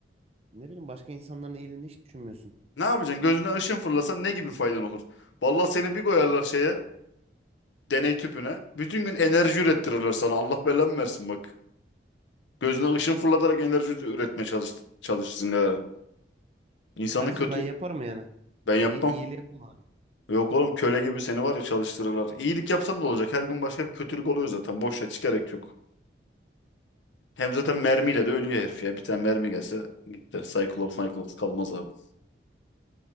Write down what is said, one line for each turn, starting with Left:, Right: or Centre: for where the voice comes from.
Right: Ne bileyim başka insanların iyiliğini hiç düşünmüyorsun.
Left: Ne yapacaksın? Gözünden ışın fırlasan ne gibi faydan olur? Vallahi seni bir koyarlar şeye. deney tüpüne. Bütün gün enerji ürettirirler sana. Allah belanı versin bak. Gözüne ışın fırlatarak enerji üretmeye çalış, çalışırsın gari. İnsanı
Right: Kardeşim
Left: kötü
Right: ben yaparım yani.
Left: ben yapmam.
Right: İyi, iyiliği yaparım
Left: Yok oğlum köle gibi seni var ya çalıştırırlar. İyilik yapsan da olacak. Her gün başka bir kötülük oluyor zaten. Boş ver hiç gerek yok. Hem zaten mermiyle de ölüyor herif ya. Bir tane mermi gelse gitti. Cyclops, Cyclops kalmaz abi.